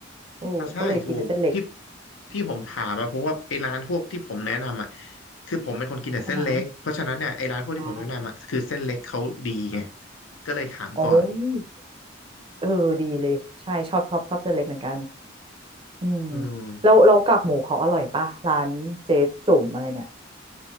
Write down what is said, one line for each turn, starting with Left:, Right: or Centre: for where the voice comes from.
Right: โอ้ก็เลยกินเป็นเส้นเล็ก
Left: อ่าใช่ถูกที่ที่ผมถามอะเพราะว่าไอ้ร้านพวกที่ผมแนะนำอะคือผมเป็นคนกินแต่เส้นเล็กเพราะฉะนั้นเนี่ยไอ้ร้านพวกที่ผมแนะนำอะคือเส้นเล็กเขาดีไง
Right: อ่าฮะอ๋อ
Left: ก็เลยถามก่อน
Right: โอ้เออดีเลยใช่ชอบชอบชอบเส้นเล็กเหมือนกันอืม
Left: อืม
Right: แล้วเรากากหมูเขาอร่อยป่ะร้านเจ๊จุ่มอะไรเนี่ย